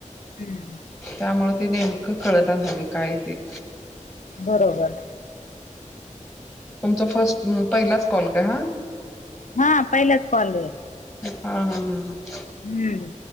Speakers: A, on the left; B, in the centre.
A: हम्म
B: त्यामुळं ते नेमकं कळना झालंय काय ते
A: बरोबर
B: तुमचा फर्स्ट मम् पहिलाच कॉल का हा
A: हा पहिलाच कॉलय
B: हा हा हा हा
A: हम्म